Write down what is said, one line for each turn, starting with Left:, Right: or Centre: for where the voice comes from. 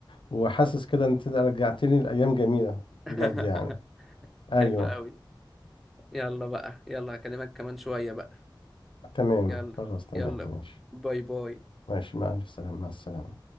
Left: وحاسس كده ان انت رجعتني لايام جميله
Centre: <laughs>
Left: بجد يعني ايوه
Centre: حلو قوي يلا بقى يلا هكلمك كمان شوية بقى
Left: تمام
Centre: يلا
Left: خلاص تمام
Centre: يلا
Left: ماشي
Centre: باي باي
Left: ماشي مع الف سلامه مع السلامه